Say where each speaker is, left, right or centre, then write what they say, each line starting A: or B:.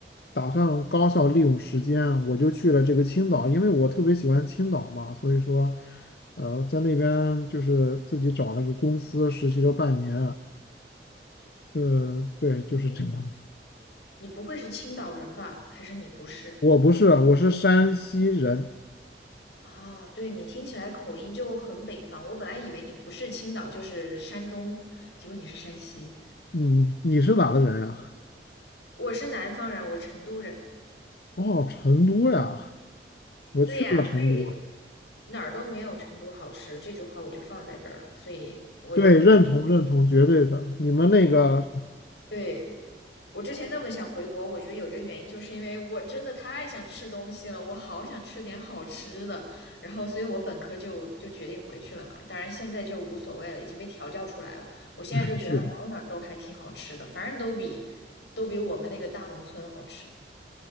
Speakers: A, on the left (about 60°); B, on the left (about 80°).
A: 打算高效利用时间，我就去了这个青岛，因为我特别喜欢青岛嘛，所以说呃在那边就是自己找了个公司实习了半年，呃对，就是这样。
B: 嗯，你不会是青岛人吧？还是你不是？
A: 我不是，我是山西人，
B: 啊，对，你听起来口音就很北方。我本来以为你不是青岛就是山东，结果你是山西。
A: 嗯，你是哪的人呀？
B: 我是南方人，我成都人。
A: 哦，成都呀，我去过成都。
B: 对呀，所以哪儿都没有成都好吃，这句话我就放在这儿了。所以我，
A: 对，认同认同，绝对的。你们那个，
B: 对，我之前那么想回国，我觉得有一个原因，就是因为我真的太想吃东西了，我好想吃点好吃的，然后所以我本科就就决定回去了嘛。当然现在就无所谓了，已经被调教出来了。我现在就觉得哪儿哪儿都还挺好吃的，
A: 对，是的，
B: 反正都比都比我们那个大农村好吃。